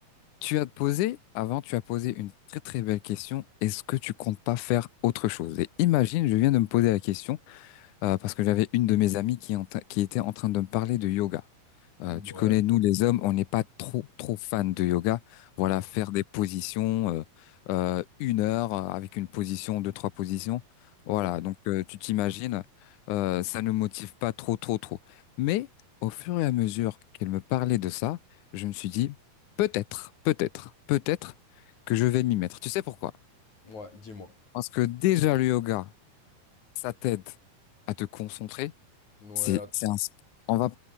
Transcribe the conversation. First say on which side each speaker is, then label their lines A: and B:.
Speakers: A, on the left (about 75°); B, on the left (about 50°).
A: Tu as posé, avant, tu as posé une très très belle question. Est-ce que tu comptes pas faire autre chose? Et imagine, je viens de me poser la question euh, parce que j'avais une de mes amies qui, est en train- qui était en train de me parler de yoga. Euh,
B: Ouais,
A: tu connais, nous les hommes, on n'est pas trop trop fans de yoga. Voilà,
B: ouais,
A: faire des positions euh, euh, une heure euh, avec une position, deux, trois positions.
B: ouais,
A: Voilà, donc euh, tu t'imagines, euh, ça ne motive pas trop trop trop. Mais au fur et à mesure qu'elle me parlait de ça, je me suis dit peut-être, peut-être, peut-être que je vais m'y mettre. Tu sais pourquoi?
B: ouais, dis-moi.
A: Parce que déjà le yoga, ça t'aide à te concentrer.
B: Ouais,
A: C'est,
B: att-
A: c'est un, on va